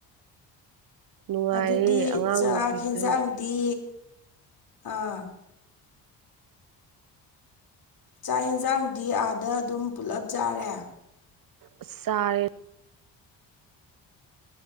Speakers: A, on the right; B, on the left.
A: ꯅꯨꯡꯉꯥꯏꯔꯦ
B: ꯑꯗꯨꯗꯤ
A: ꯑꯉꯥꯡ
B: ꯆꯥꯛ
A: ꯅꯨꯄꯤꯗꯨ
B: ꯌꯦꯟꯖꯥꯡꯗꯤ ꯑꯥ ꯆꯥꯛ ꯌꯦꯟꯁꯥꯡꯗꯤ ꯑꯥꯗ ꯑꯗꯨꯝ ꯄꯨꯜꯂꯞ ꯆꯥꯔꯦ
A: ꯁꯔꯦ